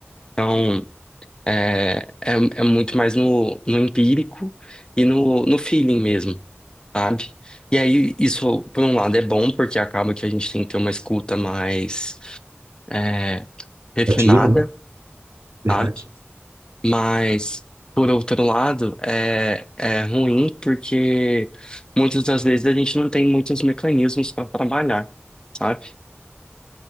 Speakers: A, on the left; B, on the right.
A: Então, é, é, é muito mais no, no empírico e no, no feeling mesmo, sabe? E aí, isso, por um lado, é bom, porque acaba que a gente tem que ter uma escuta mais, é, refinada.
B: Ativa, né? Verdade.
A: sabe? Mas, por outro lado, é, é ruim porque muitas das vezes a gente não tem muitos mecanismos para trabalhar, sabe?